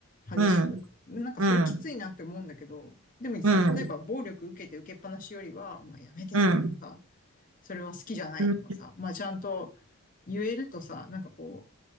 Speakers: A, on the left; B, on the right.
A: 激しく。
B: うん、
A: なんかそれきついなって思うんだけど、
B: うん、
A: でもさ、
B: うん、
A: 例えば暴力受けて受けっぱなしよりは、まあ、やめてとかさ、
B: うん。
A: それは好きじゃないとかさ、
B: うん
A: まあ、ちゃんと言えるとさ、なんかこ